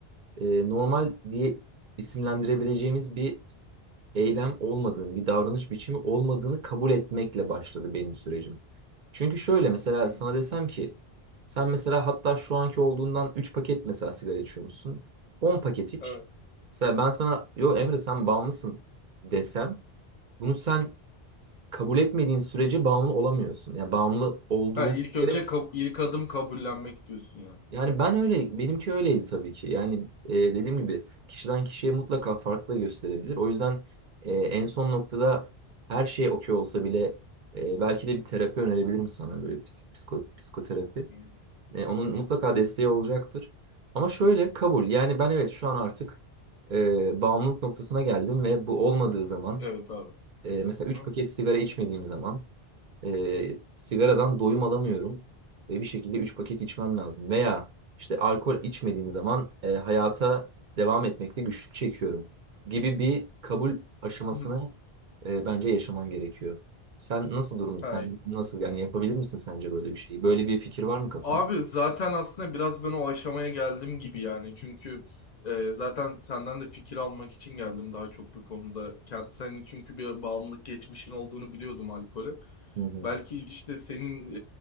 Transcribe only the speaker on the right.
e, normal diye isimlendirebileceğimiz bir eylem olmadığını, bir davranış biçimi olmadığını kabul etmekle başladı benim sürecim. Çünkü şöyle mesela
sana desem ki sen mesela hatta şu anki olduğundan 3 paket mesela sigara içiyormuşsun. 10 paket iç.
Mesela ben sana yo
Emre sen bağımlısın desem bunu sen kabul etmediğin sürece bağımlı olamıyorsun. Yani bağımlı olduğun
bir kere
yani ben öyle, benimki öyleydi tabii ki. Yani e, dediğim
gibi kişiden kişiye mutlaka farklı da gösterebilir. O yüzden e, en
son noktada her şey okey olsa bile e, belki de bir terapi önerebilirim
sana böyle psik- psiko, psikoterapi.
E, onun mutlaka desteği olacaktır. Ama şöyle kabul. Yani ben evet şu an artık e, bağımlılık noktasına geldim ve bu olmadığı zaman
e, mesela
3 paket sigara içmediğim zaman e, sigaradan doyum alamıyorum ve bir şekilde 3 paket içmem lazım. Veya işte alkol içmediğim zaman e, hayata devam etmekte güçlük çekiyorum gibi bir kabul aşamasını
e, bence yaşaman gerekiyor. Sen nasıl durum?
Sen nasıl yani yapabilir misin sence böyle bir şeyi? Böyle bir fikir var mı kafanda?
Hı hı.